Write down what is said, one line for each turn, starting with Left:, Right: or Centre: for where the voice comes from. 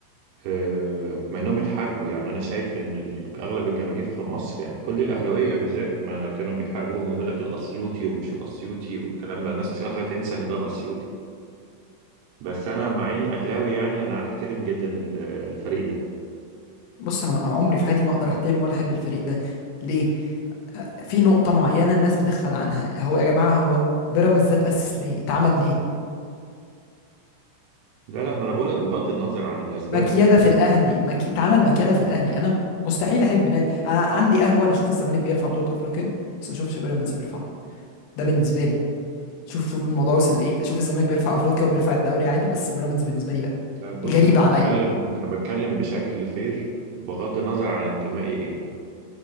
Right: آه، ما انهم اتحاربوا يعني انا شايف ان ال- اغلب الجماهير في مصر يعني كل الاهلاويه بالذات ما كانوا بيحاربوهم يقول لك الاسيوطي ومش الاسيوطي والكلام ده الناس مش قادره تنسى ان ده الاسيوطي بس انا مع اني اهلاوي يعني انا احترم جدا ال- الفريق ده
Left: بص انا عمري في حياتي ما اقدر احترم ولا احب الفريق ده ليه في نقطه معينه الناس بتغفل عنها هو يا جماعه هو بيراميدز ده اتاسس ليه اتعمل ليه
Right: لا لا ما انا بقول لك بغض النظر عن الاسباب
Left: مكيده في الاهلي مكي... اتعمل مكيده في الاهلي انا مستحيل احب نادي أنا عندي قهوه انا اشوف الزمالك بيرفع بطوله افريقيا بس ما اشوفش بيراميدز بيرفعها ده بالنسبه لي شوف شوف الموضوع وصل لايه اشوف الزمالك بيرفع افريقيا وبيرفع الدوري عادي بس بيراميدز بالنسبه لي لا
Right: لا بص
Left: غريبه
Right: انا بتكلم
Left: عليا
Right: انا بتكلم بشكل فير بغض النظر عن انتمائي ايه